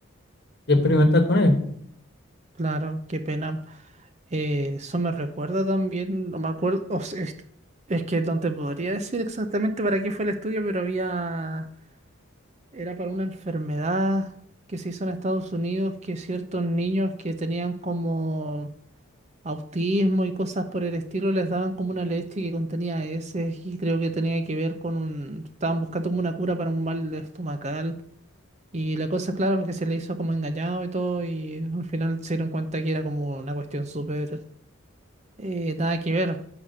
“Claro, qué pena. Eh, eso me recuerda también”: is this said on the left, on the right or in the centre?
Right